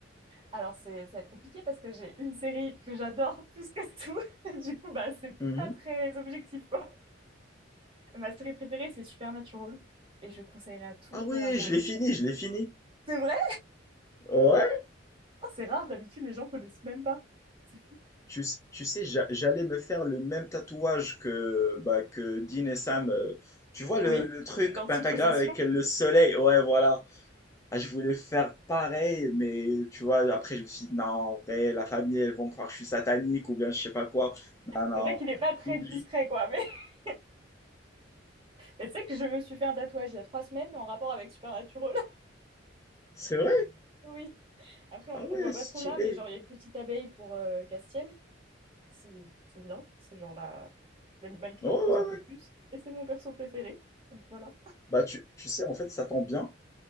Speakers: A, on the right; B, on the left.
A: Alors, c'est, ça va être compliqué parce que j'ai une série que j'adore <laughs> plus que tout. <laughs> du coup, bah, c'est
B: Mhm.
A: pas très objectif, quoi. Ma série préférée, c'est Supernatural. Et je conseillerais à tout
B: Ah
A: le monde
B: ouais,
A: de la regarder.
B: je l'ai fini, je l'ai fini.
A: C'est vrai?
B: Ouais.
A: Oh, c'est rare, d'habitude, les gens connaissent même pas. C'est fou.
B: Tu, s- tu sais, j'a- j'allais me faire le même tatouage que, bah, que Dean et Sam. euh, tu vois le,
A: Oui,
B: le truc
A: l'antipossession.
B: pentagramme avec le soleil? Ouais, voilà. Ah, je voulais faire pareil, mais tu vois, après, je me suis dit, non, en vrai, la famille, elles vont croire que je suis satanique ou bien je sais pas quoi. Non, non,
A: C'est vrai qu'il est pas très
B: oublie.
A: discret, quoi. Mais, <laughs> mais tu sais que je me suis fait un tatouage il y a trois semaines en rapport avec Supernatural. <laughs>
B: C'est vrai?
A: oui. Après, on,
B: Ah ouais,
A: on voit
B: stylé.
A: pas trop là, mais genre, il y a une petite abeille pour euh, Castiel. si tu te souviens. C'est genre la... l'animal qui
B: Ouais,
A: le représente
B: ouais,
A: le
B: ouais.
A: plus. Et c'est mon perso préféré. Donc voilà.
B: Bah, tu, tu sais, en fait, ça tombe bien